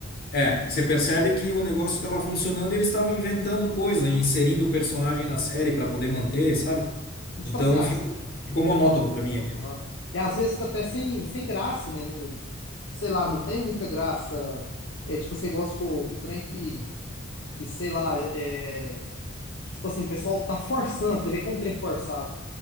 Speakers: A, on the left; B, on the left.
A: é, você percebe que o negócio estava funcionando e eles estavam inventando coisa, inserindo personagem
B: Uhum,
A: na série para poder manter,
B: uhum.
A: sabe?
B: E tipo
A: Então
B: assim, as.
A: ficou ficou monótono
B: Aham,
A: para mim aqui.
B: aham. E às vezes fica até sem, sem graça, né? Não, sei lá, não tem muita graça. É tipo, você gosta, pô, um trem que, que sei lá, é. Tipo assim, o pessoal tá forçando, você vê que é um trem forçado.